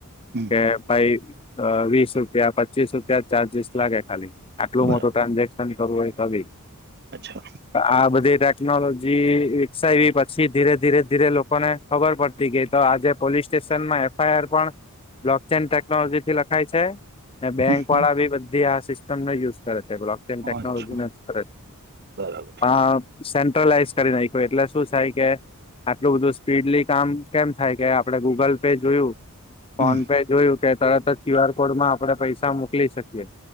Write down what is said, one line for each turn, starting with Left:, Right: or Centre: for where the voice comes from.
Right: હમ
Left: કે ભાઈ વીસ રૂપિયા પચીસ રૂપિયા ચાર્જિસ લાગે ખાલી આટલું
Right: બરાબર
Left: મોટું ટ્રાન્ઝેક્શન
Right: અચ્છા
Left: આ બધે ટેકનોલોજી વિકસાવી પછી ધીરે ધીરે ધીરે લોકોને ખબર પડતી ગઈ તો આજે પોલીસ સ્ટેશન એફઆઈઆર પણ બ્લોક ચેન ટેકનોલોજી થી ાય છે ને બેંક
Right: હમ, હમ.
Left: વાળા બી બધી આ સિસ્ટમને યુઝ કરે છે ટેકનોલોજી
Right: અચ્છા
Left: જ કરે
Right: બરાબર
Left: છે સેન્ટ્રલાઈઝ કરી નાખ્યું એટલે શું થાય કે આટલું બધું સ્પીડલી કામ કેમ થાય કે આપડે ગૂગલ પે જોયું ફોન
Right: હમ
Left: પે જોયું કે તરત જ ક્યુ આર કોડ માં આપડણે પૈસા મોકલી શકીએ